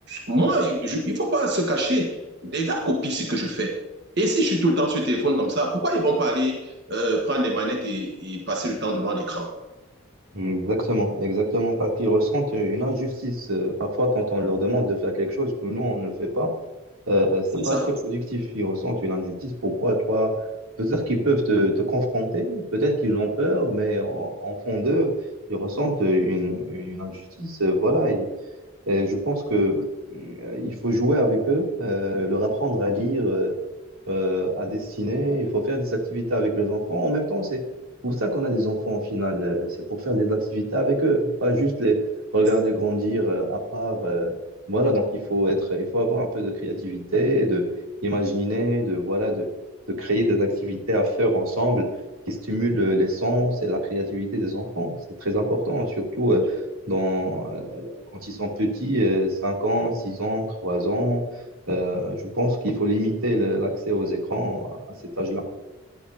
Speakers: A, on the right; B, on the right.
A: moi, je- il ne faut pas se cacher. Les gars copient ce que je fais. Et si je suis tout le temps sur le téléphone comme ça, pourquoi ils vont pas aller euh, prendre des manettes et, et passer le temps devant l'écran?
B: Exactement, exactement, parce qu'ils ressentent une injustice euh, parfois quand on leur demande de faire quelque chose que nous, on ne fait pas. Euh, c'est
A: C'est
B: pas
A: ça.
B: très productif. Ils ressentent une injustice. Pourquoi toi? Peut-être qu'ils peuvent te, te confronter, peut-être qu'ils ont peur, mais en, en fond d'eux, ils ressentent une, une injustice. Voilà, et je pense que euh, il faut jouer avec eux, euh, leur apprendre à lire, euh, euh, à dessiner. Il faut faire des activités avec les enfants. En même temps, c'est pour ça qu'on a des enfants au final. euh, C'est pour faire des activités avec eux, pas juste les regarder
A: C'est ça.
B: grandir euh, à part. euh, voilà, donc il faut être, il faut avoir un peu de créativité, de imaginer, de voilà, de, de créer des activités à faire ensemble qui stimulent euh, les sens et la créativité des enfants. C'est très important, surtout.
A: Oui,
B: euh, dans, quand ils sont petits, euh, 5 ans, 6 ans, 3 ans, euh, je pense qu'il faut limiter le- l'accès aux écrans à à cet âge-là.